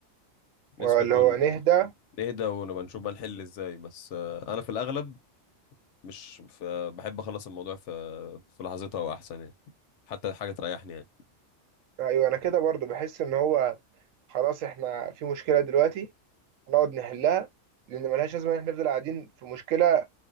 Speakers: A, on the left; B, on the right.
A: نسكت
B: ولا هو نهدى
A: ونهدى ونبقى نشوف بقى نحل ازاي بس آه، انا في الاغلب مش ف- بحب اخلص الموضوع في في لحظتها واحسن يعني حتى حاجه تريحني يعني
B: ايوه انا كده برضو بحس ان هو خلاص احنا في مشكله دلوقتي نقعد نحلها لان ملهاش لازمه ان احنا نفضل قاعدين في مشكله